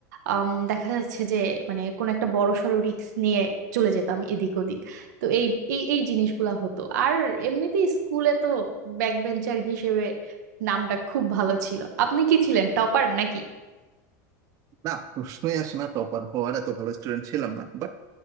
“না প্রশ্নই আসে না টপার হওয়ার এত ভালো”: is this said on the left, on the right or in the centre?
Right